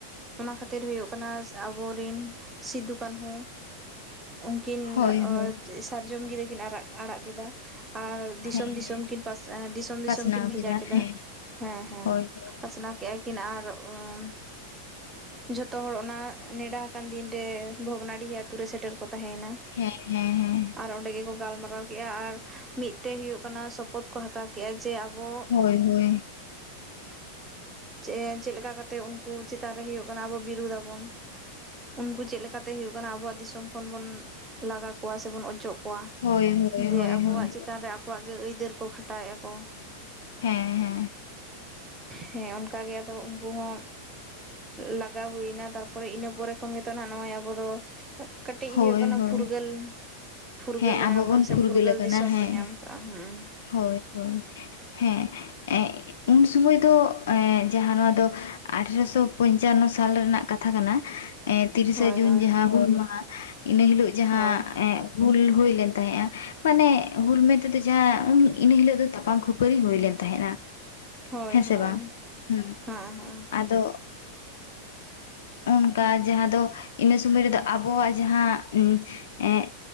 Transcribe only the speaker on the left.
ᱦᱳᱭ ᱦᱳᱭ
ᱦᱮᱸ
ᱦᱮᱸ
ᱯᱟᱥᱱᱟᱣ
ᱦᱮᱸ
ᱦᱳᱭ ᱦᱳᱭ
ᱦᱮᱸ ᱦᱮᱸ ᱦᱮᱸ
ᱦᱳᱭ ᱦᱳᱭ
ᱦᱳᱭ ᱦᱳᱭ
ᱦᱳᱭ
ᱦᱳᱭ
ᱦᱮᱸ ᱦᱮᱸ
ᱦᱳᱭ
ᱦᱳᱭ
ᱦᱮᱸ
ᱟᱵᱚ
ᱟᱠᱟᱱᱟ
ᱦᱮᱸ
ᱦᱳᱭ ᱦᱳᱭ ᱦᱮᱸ ᱩᱱ ᱥᱚᱢᱚᱭ ᱫᱚ ᱡᱟᱦᱟᱸ ᱱᱚᱣᱟ ᱫᱚ, ᱟᱴᱷᱨᱚᱥᱚ ᱯᱚᱧᱪᱟᱱᱱᱚ ᱥᱟᱞ ᱨᱮᱱᱟᱜ ᱠᱟᱛᱷᱟ ᱠᱟᱱᱟ ᱮᱸ ᱛᱤᱨᱤᱥᱟ
ᱡᱩᱱ
ᱡᱟᱦᱟᱸ ᱦᱩᱞ ᱢᱟᱦᱟᱸ ᱤᱱᱟᱹ ᱦᱤᱞᱚᱜ ᱡᱟᱦᱟᱸ
ᱮᱸ ᱦᱩᱞ ᱦᱩᱭᱞᱮᱱ ᱛᱟᱦᱮᱸᱜᱼᱟ ᱢᱟᱱᱮ ᱦᱩᱞ ᱢᱮᱱ ᱛᱮᱫᱚ ᱡᱟᱦᱟᱸ ᱩᱱ ᱤᱱᱟᱹ ᱦᱤᱞᱚᱜ ᱫᱚ ᱛᱟᱯᱟᱢ ᱠᱷᱟᱹᱯᱟᱹᱨᱤ ᱦᱩᱭ ᱞᱮᱱ ᱛᱟᱦᱮᱸᱫᱼᱟ
ᱦᱮᱸ
ᱥᱮ ᱵᱟᱝ ᱦᱩᱸ
ᱟᱫᱚ ᱚᱱᱠᱟ ᱡᱟᱦᱟᱸ ᱫᱚ ᱤᱱᱟᱹ ᱥᱚᱢᱚᱭ ᱨᱮᱫᱚ ᱟᱵᱚᱣᱟᱜ ᱡᱟᱦᱟᱸ ᱮᱜ